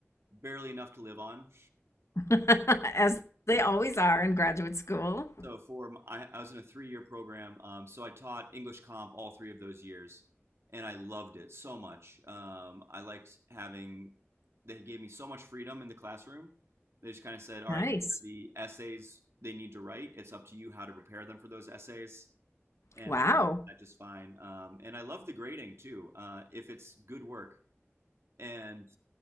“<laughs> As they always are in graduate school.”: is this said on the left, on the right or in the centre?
Left